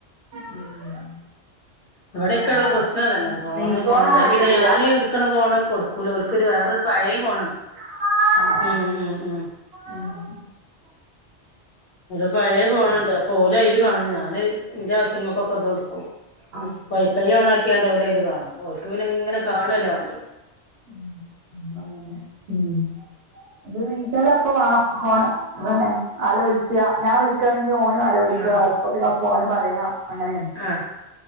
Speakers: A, on the right; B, on the left.
A: ഉം.
B: ഇവടെക്കള്ള
A: അതാണ്
B: പ്രശ്നം അതന്നെ ഫോണ്
A: നീക്കോളം
B: ഫോണ് ഞാൻ
A: തെരക്കേടില്ല
B: പിന്നെ ഞാന് എടു ക്ക്ന ഫോണ് കൊട്ക്കൂല ഓൽക്കൊരു വേറെ ഒരു പഴേ ഫോണ്
A: <inaudible>
B: ഉം ഉം ഉം.
A: ഉം
B: പഴേ പോണ് ണ്ട് അപ്പൊ ഓല അയില് കാണും ഞാന് ന്റെ ആവശ്യങ്ങൾക്കൊക്കെ ഇത്ട്ക്കും.
A: അത് ശരി
B: വൈഫൈ
A: എന്താ
B: ഓണ
A: പറ്റി
B: ആക്കിയാണ്ട് ഓലയില് കാണും, ഓൽക്ക് പിന്നെ ഇങ്ങനെ കാണ്ല്ലാ വാണ്ടിയെ.
A: ഉം ഉം അങ്ങനെ ഉം. ത് നീച്ചാലപ്പോ വാണം ഫോണ് വനെ ആള് വ്ള്ച്ചാ ഞാൻ വിളി വക്കാണെങ്കിൽ ഓനും അലോ വിളിക്കാ
B: ആഹ്
A: ഒപ്പത്തിനൊപ്പം ഓനും പറയാ അങ്ങനേണ്.
B: ആഹ്‌.